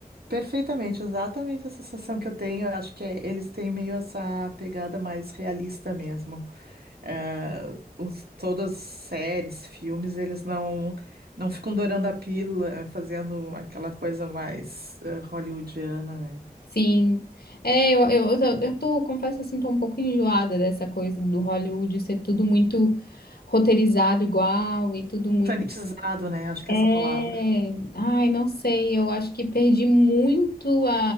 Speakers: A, on the right; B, on the left.
A: perfeitamente, exatamente a sensação que eu tenho. Eu acho que é- eles têm meio essa pegada mais realista mesmo. eh, os, todas as séries, filmes, eles não não ficam dourando a pílula, eh, fazendo aquela coisa mais eh, hollywoodiana, né?
B: Sim. É, eu, eu, eu tô, eu tô- confesso assim, tô um pouco enjoada dessa coisa do Hollywood ser tudo muito roteirizado igual e tudo
A: Sanitizado, né? Acho que
B: É,
A: é essa palavra.
B: ai, não sei, eu acho que perdi muito a,